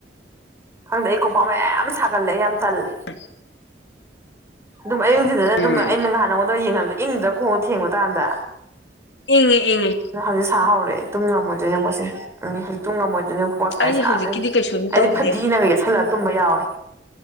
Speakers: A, on the right; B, on the left.
A: ꯈꯪꯗꯦ ꯑꯩꯀꯣꯄꯥ ꯃꯌꯥꯝ ꯁꯥꯒꯠꯂꯦ ꯌꯥꯝ ꯇꯜꯂꯦ
B: ꯍ
A: ꯑꯗꯨꯝ ꯑꯌꯤꯡꯁꯤꯗꯅ ꯑꯗꯨꯝ
B: ꯎꯝ
A: ꯑꯩꯅ ꯅꯍꯥꯟ ꯅꯉꯣꯟꯗ ꯌꯦꯡꯅꯕꯗ ꯏꯪꯗꯔ ꯈꯣꯡꯗ ꯊꯦꯡꯕ ꯀꯥꯟꯗ
B: ꯏꯉꯦ ꯏꯉꯦ
A: ꯍꯧꯖꯤꯛ ꯁꯥ ꯍꯧꯔꯦ ꯇꯨꯡ ꯉꯝꯃꯣꯏꯗꯣꯏꯅꯦ ꯌꯦꯉꯛꯁꯦ ꯎꯝ ꯍꯧꯖꯤꯛ ꯇꯨꯡꯝꯃꯣꯏꯗꯣꯏ ꯈꯕꯣꯛ ꯁꯨꯃꯥꯏꯅ
B: ꯑꯩ
A: ꯁꯥꯗꯣꯏꯅꯦ
B: ꯍꯧꯖꯤꯛꯀꯤꯗꯤ ꯀꯩꯁꯨꯝ
A: ꯑꯩꯗꯤ
B: ꯇꯧꯗꯦ
A: ꯐꯗꯤꯅ ꯌꯦꯁꯜꯂꯒ ꯇꯨꯝꯕ ꯌꯥꯎꯏꯦ